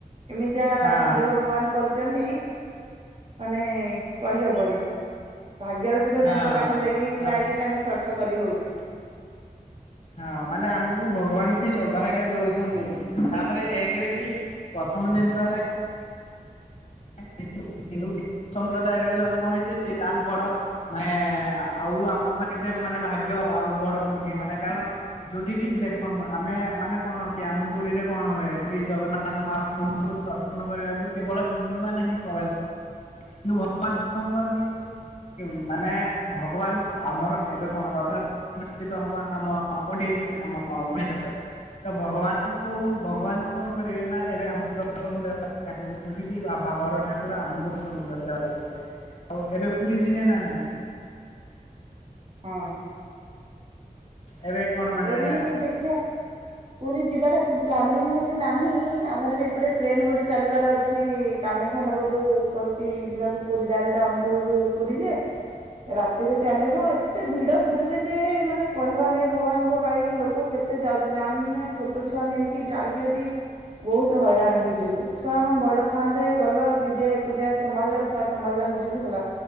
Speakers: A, on the right; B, on the left.
A: ଏମିତିଆ
B: ହଁ
A: ସ ମାନେ କରିଛନ୍ତି ମାନେ କହିହିହବନି ଭାଗ୍ୟରେ ଥିଲେ
B: ହଁ
A: ତାଙ୍କ ପାଖରେ ଯାଇକି
B: ତା
A: ଠିଆ ହେଇକି ତାଙ୍କୁ ସ୍ପର୍ସ କରିହଉଛି।
B: ହଁ ମାନେ ଆମକୁ ଭଗବାନ କି ସୌଭାଗ୍ୟ ଦଉସନ୍ତି ତାପରେ ଏକରେ କି ପ୍ରଥମ ଜିନିଷ ହେଲା ହିନ୍ଦୁ ହ ହିନ୍ଦୁ ହି ସମ୍ପ୍ରଦାୟରେ ଜନ୍ମ ହେଇଚେ ସେ ତାଠୁ ବଡ। ମାନେ ଆଉ ଆମ ପାଇଁ କେତେ ମାନେ ଭାଗ୍ୟ ଆଉ ବଡ କୋଉଠି ମାନେ କାରଣ ଯୋଉଠି କିି ଦେଖନ୍ତୁ ଆମେ ମାନେ କଣ ହଉଚି ଆମ ପୁରୀରେ କଣ ହୁଏ ଶ୍ରୀ ଜଗନ୍ନା ମହାପ୍ରଭୁଙ୍କୁ ଦର୍ଶନ କରିବାକୁ କେବଳ ହିନ୍ଦୁମାନେ ହିଁ ପ୍ରବେଶ କିନ୍ତୁ ବର୍ତ୍ତମାନ କଅଁ କୁହନ୍ତି। ମାନେ ଭଗବାନ ଆମର ଏବେ କଣ ରଥଯା ଅନୁଷ୍ଠିତ ହବା ଆମ କୋଟି ଆମ ଓଡିଶାରେ। ତ ଭଗବାନ କୁ ଭଗବାନ
A: ହଁ
B: କଣ କରିବେ ନା ଏବେ ଆମକୁ ଦର୍ଶନ ଦେବା ଯୋଉଠ <unintelligible> କିି ବା ବଡ ଠାକୁର ଆମକୁ ତମ୍ ଦାଦା ଘର ଆସିବେ ଆଉ ଏବେ ପୁରୀ ଯିବେ ନା ନାଇଁ।
A: ହଁ।
B: ଏବେ କଣ ମାନେ
A: ପୁରୀ ଦେଖିଆ ପୁରୀ ଯିବାର ପ୍ଲାନିଂ ହେମତି ନାହିଁ ଆମର ବି ଏପଟେ ଟ୍ରେନ ଗୋଟେ ଚାଲିବାର ଅଛି। କାମାକ୍ଷାନଗରରୁୁ କହିଛି ଯିବାକୁ ପୁରୀ ଡାଇରେକ୍ଟ୍ ଅନୁଗୁଳୁରୁୁ ପୁରୀ ଯେ ରାତିରେ ଚାଲିବ ଏତେ ଭିଡ ପୁରୀରେ ଯେ ମାନେ କହିବା ନାଇ ଭଗବାନ ଭୁ ଙ୍କ ପାଇଁ ଲୋକ କେତେ ଯାଉଛନ୍ତି ଆମେ ଛୋଟ ଛୁଆ ନେଇକି ଯାଇକି ଏଠି ବହୁତ୍ ହଇରାଣ ହେଇଯିବୁ ଛୁଆ ହଁ ବଡ ଥାଆନ୍ତେ ଗଲ ନିଜେ ଏକୁଟିଆ ସମ୍ଭାଲିଳ ଛୁଆ ସମ୍ଭାଳିଲା ନିଜକୁ ହେଲା।